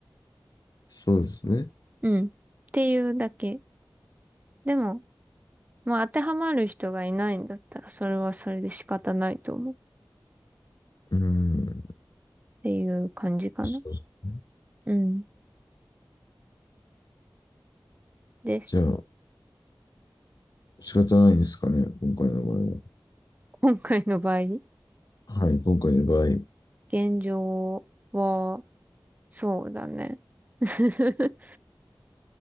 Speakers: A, on the left; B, on the right.
A: そうですね。
B: うん。っていうだけ。でも、まあ、当てはまる人がいないんだったら、それはそれで仕方ないと思う。っ
A: うん。
B: ていう感じかな。
A: そうですね
B: うん。です。
A: じゃあ、仕方ないですかね、今回の場合は。
B: 今回の場合、
A: はい、今回の場合。うん
B: 現状は、そうだね。<laughs>